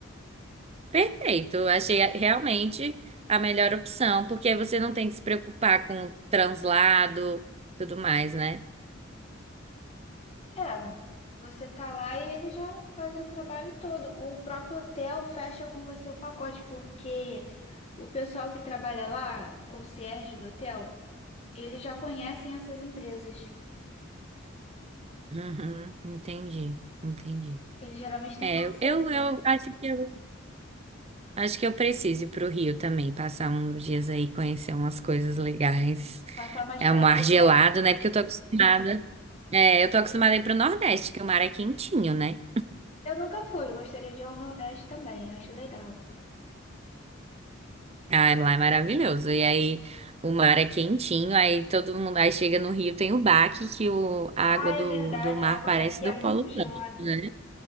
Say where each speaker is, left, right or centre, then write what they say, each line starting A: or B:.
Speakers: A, on the right (about 30°); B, on the left (about 30°).
A: Perfeito, eu achei a- realmente a melhor opção, porque aí você não tem que se preocupar com translado, tudo mais, né?
B: É, você tá lá e eles já fazem um trabalho todo. O próprio hotel fecha com você o pacote, porque o pessoal que trabalha lá, o concierge do hotel, Eles já conhecem essas empresas.
A: Uhum, entendi, entendi.
B: Eles geralmente têm
A: É,
B: parceria.
A: eu, eu, eu
B: né?
A: acho que eu, acho que eu preciso ir pro Rio também, passar uns dias aí, conhecer umas coisas legais.
B: Passar mais
A: É
B: férias,
A: um mar gelado,
B: né?
A: né? Porque eu tô acostumada. É, eu tô acostumada a ir pro Nordeste, que o mar é quentinho, né?
B: Eu nunca fui, eu gostaria de ir ao Nordeste também, acho legal.
A: Ai, lá é maravilhoso. E aí o mar é quentinho, aí todo mundo aí chega no Rio, tem o baque que o, a
B: Ah,
A: água do,
B: é verdade,
A: do mar
B: a água
A: parece
B: daqui
A: do
B: é muito
A: Polo
B: gelada.
A: Norte, né?